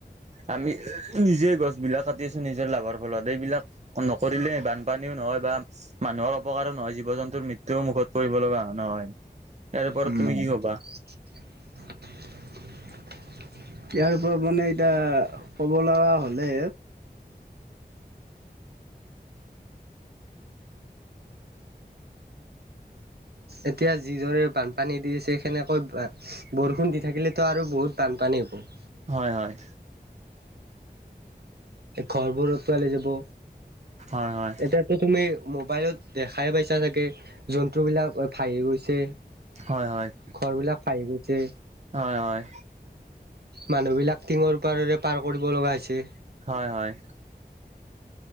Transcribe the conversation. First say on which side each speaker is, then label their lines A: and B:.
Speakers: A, on the right; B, on the right.
A: আমি নিজেই গছবিলাক কাটি আছোঁ, নিজৰ লাভৰ ফলত। এইবিলাক নকৰিলে বানপানীও নহয় বা মানুহৰ অপকাৰো নহয়, জীৱ জন্তুৰ মৃত্যুও মুখত পৰিব লগা নহয়। ইয়াৰ ওপৰত
B: উম।
A: তুমি কি
B: ইয়াৰ
A: কবা
B: ওপৰত মানে এতিয়া ক'ব লগা হ'লে এতিয়া যিদৰে বানপানী দিছে সেনেকৈ বৰষুণ দি থাকিলেতো আৰু বহুত বানপানী হ'ব।
A: হয়, হয়।
B: ঘৰবোৰ উটুৱাই লৈ যাব।
A: হয়, হয়।
B: এতিয়াতো তুমি মোবাইলত দেখাই পাইছা চাগে জন্তুবিলাক ভাঁহি গৈছে।
A: হয় হয়
B: ঘৰবিলাক ভাঁহি গৈছে।
A: হয়, হয়।
B: মানুহবিলাক টিঙৰ পাৰেৰে পাৰ কৰিব লগা হৈছে।
A: হয়, হয়।